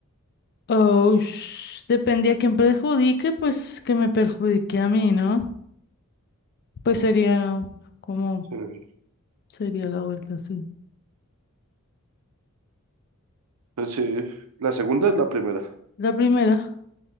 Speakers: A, on the left (about 45°); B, on the right (about 80°).
A: Oh, sh- depende a quién perjudique, pues que me perjudique a mí, ¿no? Pues sería, ¿no? ¿Cómo
B: Sí.
A: sería la vuelta? Sí.
B: Pues sí, la segunda es la primera.
A: La primera.